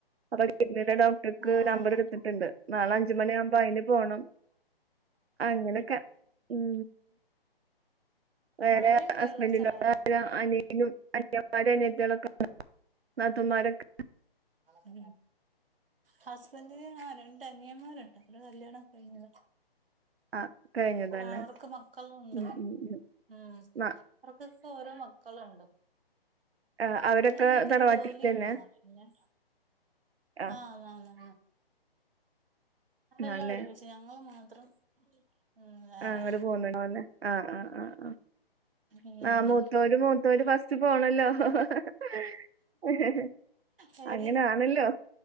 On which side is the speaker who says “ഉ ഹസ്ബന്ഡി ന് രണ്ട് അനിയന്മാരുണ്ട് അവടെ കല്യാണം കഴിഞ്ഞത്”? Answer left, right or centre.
Right